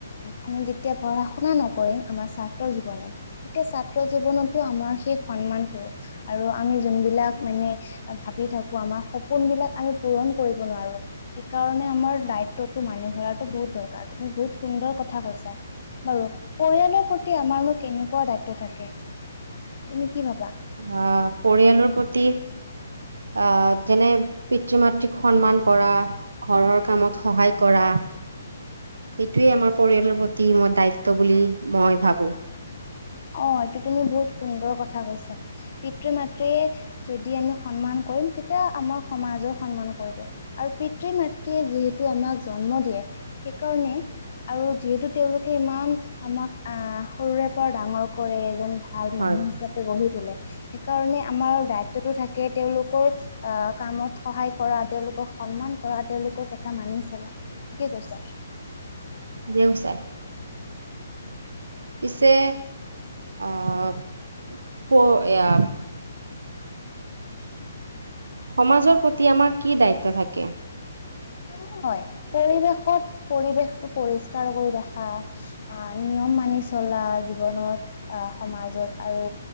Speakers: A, on the left; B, on the right.
A: আমি যেতিয়া পঢ়া শুনা নকৰিম আমাৰ ছাত্ৰ জীৱনত। তেতিয়া ছাত্ৰ জীৱনতো আমাৰ সেই সন্মানটো আৰু আমি যোনবিলাক মানে। ভাবি থাকো আমাৰ সপোন সোপোনবিলাক আমি পূৰণ কৰিব নোৱাৰো, সেইকাৰণে আমাৰ দায়িত্বটো মানি চলাটো বহুত দৰকাৰ। বহুত সুন্দৰ কথা কৈছা বাৰু। পৰিয়ালৰ প্ৰতি আমাৰনো কেনেকুৱা দায়িত্ব থাকে। তুমি কি ভাবা?
B: আহ পৰিয়ালৰ প্ৰতি আহ যেনে পিতৃ মাতৃক সন্মান কৰা ঘৰৰ কামত সহায় কৰা।
A: <inaudible>
B: সেইটোৱে আমাৰ পৰিয়ালৰ প্ৰতি মই দায়িত্ব বুলি মই ভাবো।
A: অ', এইটো তুমি বহুত সুন্দৰ কথা কৈছা। পিতৃ মাতৃয়ে যদি আমি সন্মান কৰিম তেতিয়া আমাৰ সমাজৰ সন্মান কৰিব আৰু পিতৃ মাতৃয়ে যিহেতু আমাক জন্ম দিয়ে সেইকাৰণে আৰু যিহেতু তেওঁলোকে ইমান আমাক আহ সৰুৰে পৰা ডাঙৰ কৰে এজন ভাল
B: ঠিকে
A: মানুহ হিচাপে গঢ়ি তোলে। সেইকাৰণে আমাৰ দায়িত্বতো থাকে তেওঁলোকৰ আহ কামত সহায় কৰা। তেওঁলোকক সন্মান কৰা তেওঁলোকৰ কথা মানি চলা ঠিকে কৈছা।
B: দেও চাই। পিছে আহ-প-এয়া সমাজৰ প্ৰতি আমাৰ কি দায়িত্ব থাকে?
A: <inaudible> হয়, পৰিৱেশত পৰিৱেশটো পৰিষ্কাৰ কৰি ৰখা আহ নিয়ম মানি চলা জীৱনত আহ সমাজত আৰু